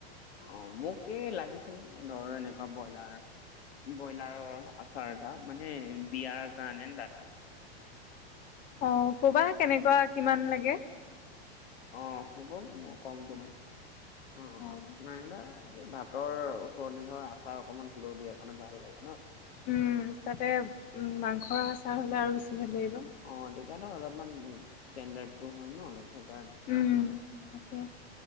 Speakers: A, on the left; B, on the left.
A: অ' মোক এই লাগিছিলে ধৰ এনেকুৱা ব্ৰইলাৰ ব্ৰইলাৰৰ আচাৰ এটা, মানে বিয়াৰ কাৰণে দাদাৰ <inaudible>
B: অ' ক'বা কেনেকুৱা কিমান লাগে।
A: অ' হ'ব মই কম তোমাক অ' অ'।
B: অঁ
A: <unintelligible> ভাতৰ ওচৰতে ধৰ আচাৰ অকনমান হ'লেও দিয়া কাৰনে ভাল লাগে ন'?
B: উম, তাতে মাংসৰ আচাৰ হ'লে আৰু বেছি ভাল লাগিব।
A: অ' তেতিয়া ধৰ অলপমান ষ্টেণ্ডাৰ্ডটু হয় ন' অলপ হেইকাৰণে।
B: উম। তাকে